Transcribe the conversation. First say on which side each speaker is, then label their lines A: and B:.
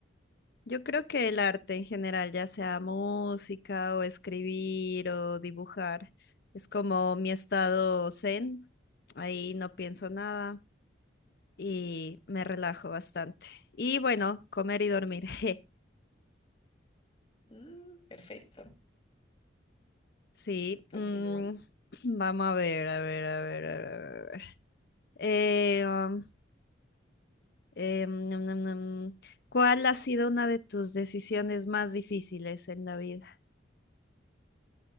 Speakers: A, on the left; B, on the left.
A: yo creo que el arte en general, ya sea música o escribir o dibujar, es como mi estado zen. Ahí no pienso nada y me relajo bastante. Y bueno, comer y dormir. <laughs>
B: Mm, perfecto.
A: Sí,
B: Continúa.
A: mm, <clears throat> vamos a ver, a ver, a ver, a ver. a ver. Eh, um, eh, mm, mm, mm, mm. ¿cuál ha sido una de tus decisiones más difíciles en la vida?